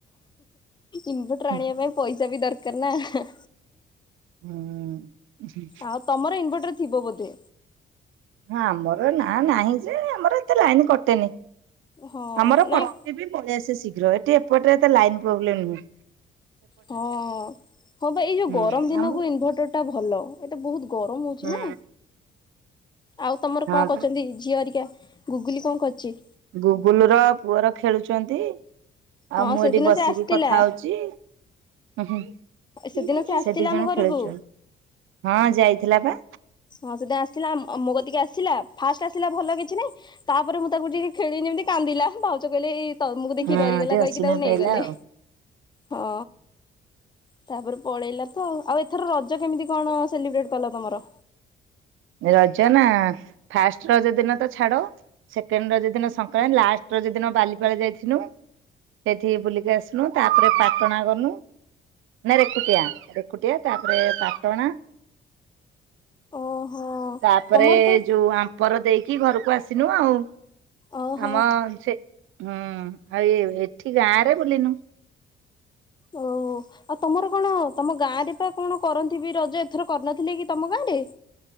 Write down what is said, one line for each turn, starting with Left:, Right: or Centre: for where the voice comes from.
Left: ଇନ୍ଭର୍ଟର
Right: ହଁ
Left: ଆଣିବା ପାଇଁ ପଇସା ବି ଦରକାର ନା।
Right: ହୁଁ, ଉଁ ହୁଁ।
Left: ଆଉ, ତମର ଇନ୍ଭର୍ଟର ଥିବ ବୋଧେ।
Right: ଆମର ନା ନାହିଁ ଯେ, ଆମର ଏତେ ଲାଇନ୍ କଟେନି।
Left: ହଁ
Right: ଆମର
Left: ନାଇଁ
Right: କଟ୍ ପିବି ପଳେଇଆସେ ଶୀଘ୍ର, ଏଠି ଏପଟେ ଏତେ ଲାଇନ୍ ପ୍ରୋବ୍ଲେମ ନୁହୁଁ।
Left: ହଁ, ହଁ, ବା ଏଇ ଯୋଉ
Right: ହୁଁ
Left: ଗରମ ଦିନକୁ
Right: ଆମ
Left: ଇନ୍ଭର୍ଟର ଟା ଭଲ। ଏତେ ବହୁତ ଗରମ ହଉଛି
Right: ହୁଁ
Left: ନା, ଆଉ ତମର
Right: ହଁ
Left: କଣ
Right: ପା
Left: କରଛନ୍ତି ଝିଅ ହେରିକା? ଗୁଗୁଲି କଣ କରୁଚି?
Right: ଗୁଗୁଲୁ ର ପୁଅର ଖେଳୁଛନ୍ତି,
Left: ହଁ
Right: ଆଉ ମୁଁ
Left: ସେଦିନ
Right: ଏଇଠି ବସିକି
Left: ସେ ଆସିଥିଲା।
Right: କଥା ହଉଛି। ହୁଁ, ହୁଁ,
Left: ସେଦିନ ଆସିଥିଲା
Right: ସେ ଦି
Left: ଆମ
Right: ଜଣ
Left: ଘରକୁ
Right: ଖେଳୁଛନ୍ ହଁ, ଯାଇଥିଲା ପା।
Left: ହଁ, ସେତା ଆସିଲା ମୋ କତିକି ଆସିଲା। ଫାଷ୍ଟ ଆସିଲା ଭଲ କିଛି ନାଇଁ। ତା'ପରେ ମୁଁ, ତାକୁ ଟିକେ ଖେଳିନି ଯିମିତି କାନ୍ଦିଲା, ଭାଉଜ କହିଲେ ଏଇ ତମକୁ ଦେଖି
Right: ହଁ
Left: ଡରିଗଲା
Right: ଟିକେ
Left: କହିକି,
Right: ଅସିନା
Left: ତାକୁ ନେଇଗଲେ।
Right: ପାଇଲା ଆଉ
Left: ହଁ। ତା, ପରେ ପଳେଇଲା ତ ଆଉ, ଆଉ ଏଥର ରଜ କେମିତି କଣ ସେଲିବ୍ରେଟ୍ କଲ ତମର?
Right: ରଜ ନା, ଫାଷ୍ଟ ରଜ ଦିନ ତ ଛାଡ। ସେକେଣ୍ଡ ରଜ ଦିନ ସଂକ୍ରାନ୍, ଲାଷ୍ଟ ରଜ ଦିନ ବାଲିପାଳେ ଯାଇଥିନୁ। ସେଇଠି ବୁଲିକି ଆସିନୁ। ତା'ପରେ ପାଟଣା ଗଲୁ। ନାଁ ରେକୁଟିଆ ରେକୁଟିଆ ତାପରେ ପାଟଣା।
Left: ଓହୋ
Right: ତାପରେ
Left: ତମର ତ
Right: ଯୋଉ ଆମ୍ପର ଦେଇକି ଘରୁକୁ ଆସିନୁ ଆଉ
Left: ଓହୋ
Right: ଆମ ସେ ହୁଁ ଆଉ ଏଇ ଏଠି ଗାଁରେ ବୁଲିନୁ।
Left: ଓ। ଆଉ ତମର କଣ ତମ ଗାଁରେ ପା କଣ କରନ୍ତି ବି ରଜ ଏଥର କରିନଥିଲେ କି ତମ ଗାଁରେ?